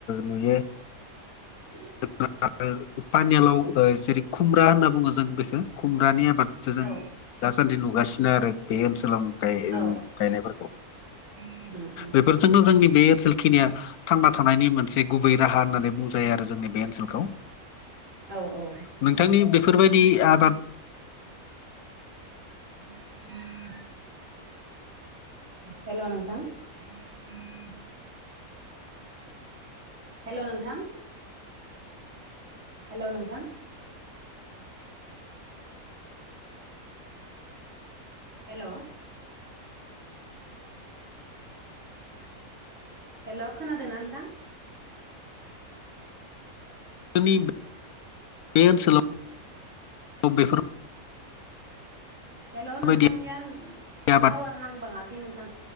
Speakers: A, on the left; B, on the right.
A: नुयो।
B: <inaudible>
A: <unintelligible> पानिलाव जेरै खुमब्रा होनना बुङो जों बेखौ खुमब्रानि आबाद जों
B: औ
A: दासान्दि नुगासिनो आरो बे ओनसोलाव गायनायफोरखौ
B: औ उम उम
A: बेफोरजोंनो जोंनि बे ओनसोलखिनिया थांना थानायनि मोनसे गुबै राहा होननानै बुंजायो आरो जों। जोंनि बे ओनसोलखौ
B: औ औ
A: नोंथांनि बेफोरबायदि आबाद
B: <inaudible> हेलौ नोंथां <inaudible> हेल' नोंथां हेल' नोंथां हेलौ हेल' खोनादोंना नोंथां?
A: <unintelligible> बे ओनसोल बेफोर
B: हेल'
A: बेफोरबायदि
B: नोंथांनिया
A: आबाद
B: टावार नांबाङाखै नोंथां।